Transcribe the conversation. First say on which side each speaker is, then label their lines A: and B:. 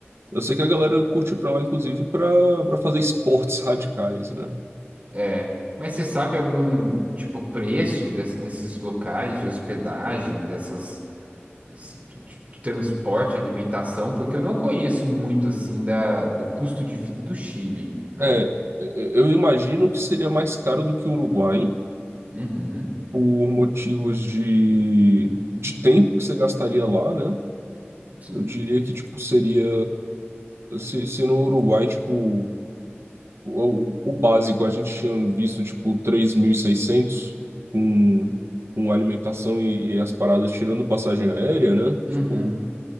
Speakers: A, on the right (about 75°); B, on the right (about 35°).
A: Eu sei que a galera curte ir pra lá, inclusive, pra, pra fazer esportes radicais, né?
B: É. Mas você sabe algum, tipo, preço des- desses locais de hospedagem, dessas de transporte, alimentação? Porque eu não conheço muito, assim, da, do custo de vida do Chile, né?
A: É, eu eu imagino que seria mais caro do que o Uruguai.
B: Uhum,
A: por motivos de, de tempo que você gastaria lá, né?
B: sim.
A: Eu diria que, tipo, seria... Se, se no Uruguai, tipo, o, o básico a gente tinha visto, tipo, 3.600 com, com alimentação e, e as paradas tirando passagem aérea, né?
B: Uhum.
A: Tipo,